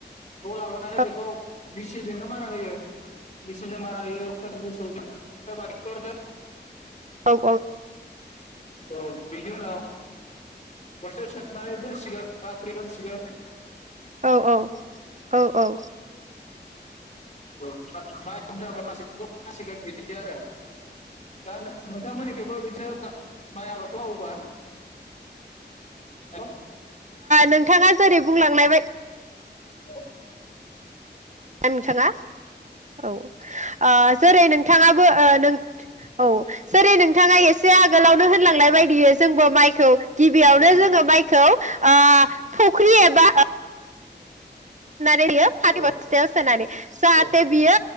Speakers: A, on the left (about 40°); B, on the right (about 40°).
A: लाबोनानै
B: औ
A: बेखौ मेसिनजोंनो मारा होयो मेसिनजों मारा होयो सोर मोसौजों सोरबा टेक्टरजों।
B: औ
A: औ बेनि उनाव बसथाव सोनानै दोनसिगोन। बाख्रिआव दोंनसिगोन।
B: औ औ औ औ
A: माइ <unintelligible> बिदि आरो दा नोंथांमोनिथिंबो बिदिनो माइ आबाद खौ मावोब्ला हेलै
B: नोंथाङा जेरै बुंलांलायबाय
A: औ
B: नोंथाङा औ ओ जेरै नों बिथाङाबो ओ नों औ जेरै नोंथाङा एसे आगोलावनो होनलांनाय बियो जोंबो माइखौ गिबियावनो
A: औ
B: जोङो माइखौ आ फख्रि एबा नानै बियो फाथो
A: औ
B: बसथायाव नौनानै जाहाथे
A: औ
B: बियो